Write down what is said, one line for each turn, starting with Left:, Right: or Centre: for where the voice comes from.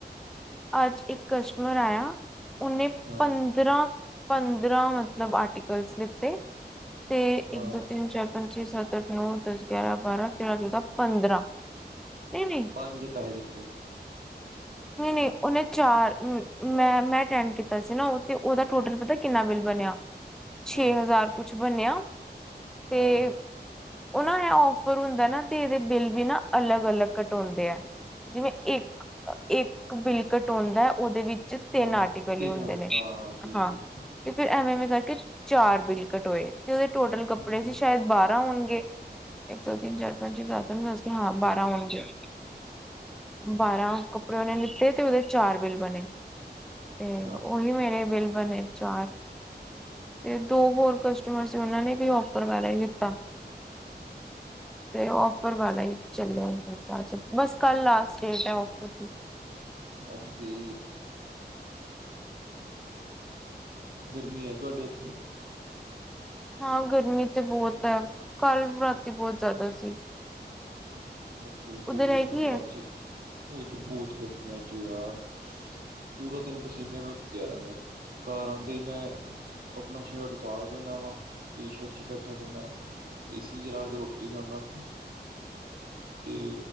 Centre: ਅੱਜ ਇੱਕ ਕਸਟਮਰ ਆਇਆ। ਉਹਨੇ
Right: ਹਾਂ
Centre: ਪੰਦਰਾਂ- ਪੰਦਰਾਂ ਮਤਲਬ ਆਟੀ ਕਲਸ ਲੀਤੇ, ਤੇ ਇੱਕ,
Right: ਹਾਂ
Centre: ਦੋ, ਤਿੰਨ, ਚਾਰ, ਪੰਜ, ਛੇ,, ਸੱਤ, ਅੱਠ ਹੋ। ਦੱਸ, ਗਿਆਰਾਂ, ਬਾਰਾਂ, ਤੇਰਾਂ, ਚੌਦਾਂ, ਪੰਦਰਾਂ ਨਹੀਂ-ਨਹੀਂ।
Right: ਪੰਜ ਦੇ ਪੈਸੇ ਦਿੱਤੇ
Centre: ਨਹੀਂ-ਨਹੀਂ ਉਹਨੇ ਚਾਰ ਮੈਂ-ਮੈਂ ਅਟੈਂਡ ਕੀਤਾ ਸੀ, ਨਾ ਤੇ ਉਹਦਾ ਟੋਟਲ ਪਤਾ ਕਿੰਨਾ ਬਿੱਲ ਬਣਿਆ ਛੇ
Right: ਹਾਂ
Centre: ਹਜ਼ਾਰ ਕੁਛ ਬਣਿਆ ਤੇ
Right: ਹਾਂ
Centre: ਉਹਨਾਂ ਦਾ ਓਫਰ ਹੁੰਦਾ ਨਾ ਤੇ ਇਦੇ ਬਿੱਲ ਵੀ ਨਾ ਅਲੱਗ-ਅਲੱਗ ਕਟ ਹੁੰਦੇ ਆ ਜਿਵੇਂ ਇੱਕ ਇੱਕ ਬਿੱਲ ਕਟਾਉਂਦਾ ਉਹਦੇ ਵਿੱਚ ਚ
Right: ਹਾਂ
Centre: ਤਿੰਨ ਆਰਟੀਕਲ
Right: ਤਿੰਨ
Centre: ਹੀ ਹੁੰਦੇ
Right: ਹੋਏ
Centre: ਨੇ
Right: ਹਾਂ ਠੀਕ
Centre: ਹਾਂ
Right: ਹੈ
Centre: ਤੇ ਫਿਰ ਐਵੇ ਐਵੇਂ ਕਰਕੇ ਚਾਰ ਬਿੱਲ ਕਟ ਹੋਏ ਤੇ ਉਹਦੇ ਟੋਟਲ ਕੱਪੜੇ
Right: ਹਮ
Centre: ਸੀ ਸ਼ਾਇਦ ਬਾਰਾਂ ਹੋਣਗੇ। ਇੱਕ, ਦੋ, ਤਿੰਨ, ਚਾਰ, ਪੰਜ, ਛੇ, ਸੱਤ। ਨੂੰ, ਦੱਸ ਕੇ ਹਾਂ ਬਾਰਾਂ ਆਉਣਗੇ ਬਾਰਾਂ ਕ ਮੈਨੇ ਲਿੱਤੇ ਤੇ ਉਹਦੇ ਚਾਰ ਬਿੱਲ ਬਣੇ ਤੇ
Right: ਹਾਂ
Centre: ਉਹੀ ਮੇਰੇ ਬਿੱਲ ਬਣੇ ਚਾਰ ਤੇ ਦੋ ਹੋਰ ਕਸਟਮਰ ਉਹਨਾਂ ਨੇ ਵੀ ਓਫਰ ਵਾਲੇ ਲਿਤਾ। ਤੇ ਔਫਰ ਵਾਲਾ ਹੀ ਚੱਲਿਆ ਕਰਤਾ। ਬਸ ਕੱਲ ਲਾਸਟ ਡੇਟ ਹੈ। ਫ
Right: ਉਓਕੀ। ਗਰਮੀ ਹੈ ਤੁਹਾਡੇ ਉੱਥੇ
Centre: ਹਾਂ ਗਰਮੀ ਤੇ ਬਹੁਤ ਹੈ ਕੱਲ੍ਹ ਰਾਤੀ ਬਹੁਤ ਜ਼ਿਆਦਾ ਸੀ।
Right: ਇੱਥੇ
Centre: ਉਧਰ
Right: ਬਹੁਤ
Centre: ਹੈਗੀ
Right: ਗਰਮੀ ਹੋ
Centre: ਹੈ
Right: ਅੱਜ। ਉਹਝ ਬਹੁਤ ਗਮੀਆਂ ਜ ਯਾਰ ਪੂਰਾ ਦਿਨ ਪਸੀਨੇ ਨਾਲ ਭੱਜਿਆ ਰਹਿੰਦਾ ਘਰ ਆਉਂਦੇ ਹੀ ਮੈਂ ਆਪਣਾ ਸ਼ਰਟ ਉਤਾਰ ਕਰਿੰਦਾ ਵਾ ਟੀ ਸ਼ਰਟ ਚ ਬੈਠਾ ਰਹਿੰਦਾ ਏਸੀ ਚਲਾ ਕੇ ਰੋਟੀ ਖਾਂਦਾ। ਅਤੇ